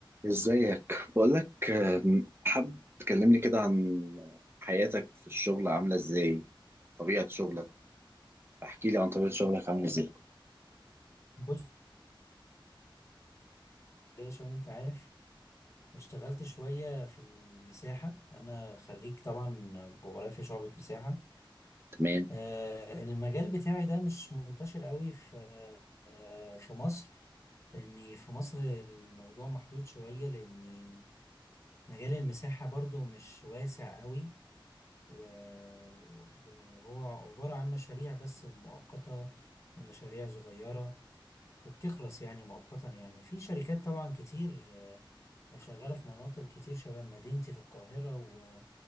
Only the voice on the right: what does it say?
ازيك بقولك آم، حابب تكلمني كده عن حياتك في الشغل عاملة ازاي طبيعة شغلك احكي لي عن طبيعة شغلك عاملة ازاي
تمام